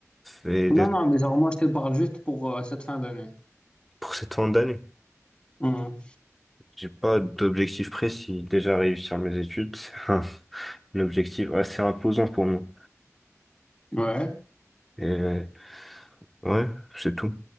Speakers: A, in the centre; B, on the left (about 20°).
A: et d'être
B: Non, non, mais genre, moi, je te parle juste pour euh, cette fin d'année.
A: pour cette fin d'année.
B: Hmm.
A: J'ai pas d'objectif précis. Déjà réussir mes études, c'est un un objectif assez imposant pour moi.
B: Ouais.
A: Et euh, Ouais, c'est tout.